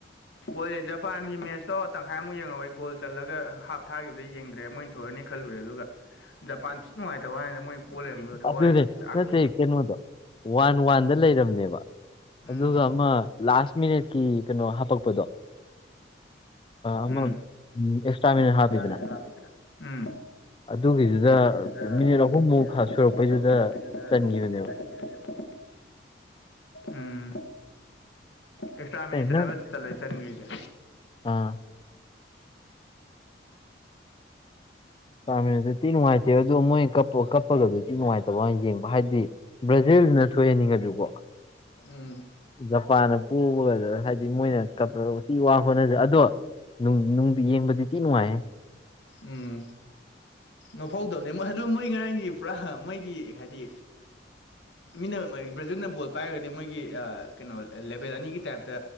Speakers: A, on the left (about 75°); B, on the left (about 25°).
A: ꯍꯣꯦ ꯖꯄꯥꯟꯒꯤ ꯃꯦꯁ ꯆꯣ ꯇꯪꯈꯥꯏꯃꯨꯛ ꯌꯦꯡꯍꯧꯋꯦ ꯒꯣꯜ ꯆꯜꯂꯒ ꯍꯥꯞ ꯊꯥꯈꯤꯕꯗ ꯌꯦꯡꯗ꯭ꯔꯦ ꯃꯣꯏꯅ ꯊꯑꯅꯤ ꯈꯜꯂꯨꯔꯦ ꯑꯗꯨꯒ ꯖꯄꯥꯟ ꯊꯈꯤ ꯅꯨꯡꯉꯥꯏꯇꯕ ꯋꯥꯗ ꯃꯣꯏ ꯄꯣ ꯂꯩꯔꯝꯕꯗꯣ ꯊꯋꯥꯏꯁꯦ
B: ꯑꯗꯨꯅꯦ
A: ꯆꯥꯛꯄꯅꯦ
B: ꯅꯠꯇꯦ ꯀꯩꯅꯣꯗꯣ ꯋꯥꯟ ꯋꯥꯟꯗ ꯂꯩꯔꯕꯅꯦꯕ
A: ꯎꯝ
B: ꯑꯗꯨꯒ ꯑꯃ ꯂꯥꯁ ꯃꯤꯅꯤꯠꯀꯤ ꯀꯩꯅꯣ ꯍꯥꯄꯛ <unintelligible> ꯑꯃ
A: ꯎꯝ
B: ꯑꯦꯛꯁꯇ꯭ꯔꯥꯃꯤꯅ
A: ꯑꯦꯛꯁꯇ꯭ꯔꯥ
B: ꯍꯥꯞꯄꯤꯗꯅ
A: ꯍꯥꯞꯄꯤꯗꯅ ꯎꯝ
B: ꯑꯗꯨꯒꯤꯗꯨꯗ
A: ꯑꯗꯨꯒꯤꯗꯨꯗ
B: ꯃꯤꯅꯤꯠ ꯑꯍꯨꯝꯃꯨꯛ
A: ꯃꯤꯅꯤꯠ ꯑꯍꯨꯝꯃꯨꯛ
B: ꯁꯨꯔꯛꯄꯩꯗꯨꯗ
A: ꯁꯨꯔꯛꯄꯩꯗꯨꯗ
B: ꯆꯟꯈꯤꯕꯅꯦꯕ
A: ꯆꯟꯈꯤꯕꯅꯦꯕ ꯎꯝ ꯑꯦꯛꯁꯇ꯭ꯔꯥ ꯃꯤꯅꯤꯠꯇꯅꯦ
B: ꯅꯪ
A: ꯆ ꯆꯪꯒꯔꯤꯁꯦ
B: ꯑꯥ ꯆꯥꯃꯤꯁꯨ ꯇꯤ ꯅꯨꯡꯉꯥꯏꯇꯦ ꯑꯗꯣ ꯃꯣꯏꯅ ꯀ ꯀꯞꯄꯒꯗꯨ ꯇꯤ ꯅꯨꯡꯉꯥꯏꯇꯕꯅ ꯌꯦꯡꯕ ꯍꯥꯏꯗꯤ ꯕ꯭ꯔꯖꯤꯜ ꯅ ꯊꯣꯛꯣꯏꯍꯟꯅꯤꯡꯉꯁꯨꯀꯣ
A: ꯎꯝ
B: ꯖꯄꯥꯟꯅ ꯄꯨꯕꯒ ꯍꯥꯏ ꯑꯗꯨ ꯃꯣꯏꯅ ꯀꯇꯤ ꯋꯥ ꯍꯣꯠꯅꯖꯩ ꯑꯗꯣ ꯅꯨꯡꯗꯤ ꯌꯦꯡꯕꯗꯤ ꯇꯤ ꯅꯨꯡꯉꯥꯏꯌꯦ
A: ꯎꯝ ꯅꯣꯛꯐꯧꯗꯕꯅꯦ ꯃꯣꯏ ꯑꯗꯨ ꯃꯣꯏ ꯉꯔꯥꯡꯒꯤ ꯄꯨꯔꯥ ꯃꯣꯏꯒꯤ ꯍꯥꯏꯗꯤ ꯃꯤꯅ ꯦꯖ ꯑꯩꯅ ꯕꯣꯜ ꯄꯥꯏꯔꯒꯗꯤ ꯃꯣꯏꯒꯤ ꯀꯩꯅꯣꯦ ꯕꯦꯜ ꯑꯅꯤꯒꯤ ꯇꯥꯏꯞꯇ